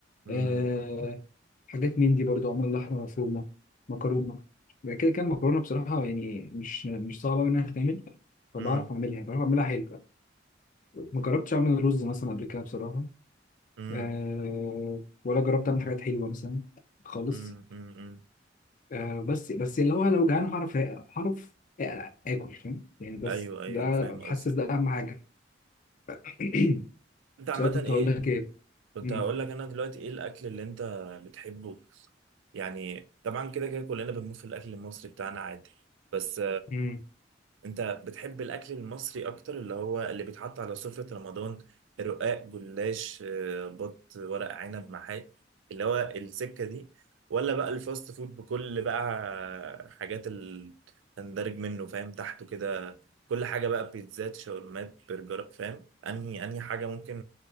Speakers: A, on the right; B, on the left.
A: امم
B: آه حاجات من دي برضو اعمل لحمه مفرومه مكرونه بقى كده كان مكرونه بصراحه يعني مش مش صعبه أوي انها تتعمل فبعرف
A: امم
B: اعملها بعرف اعملها حلو ما جربتش اعمل رز مثلا قبل كده بصراحه
A: امم
B: آه ولا جربت اعمل حاجات حلوه مثلا خالص
A: امم امم
B: آه بس بس اللي هو لو جعان هعرف هعرف آ- اكل فاهم يعني بس
A: ايوه ايوه
B: ده
A: انا فاهم قصدك
B: حاسس ده اهم حاجه <clears throat>
A: انت عامه
B: بس انا كنت
A: ايه
B: هقول لك ايه
A: كنت
B: مم.
A: هقول لك انا دلوقتي ايه الاكل اللي انت بتحبه يعني طبعا كده كده كلنا بنموت في الاكل المصري بتاعنا عادي بس
B: مم.
A: انت بتحب الاكل المصري اكتر اللي هو اللي بيتحط على سفرة رمضان رقاق جلاش آه، بط ورق عنب محاشي اللي هو السكة دي ولا بقى الفاست فود بكل بقى حاجات اللي تندرج منه فاهم تحته كده كل حاجة بقى بيتزات شاورمات برجر فاهم انهي انهي حاجة ممكن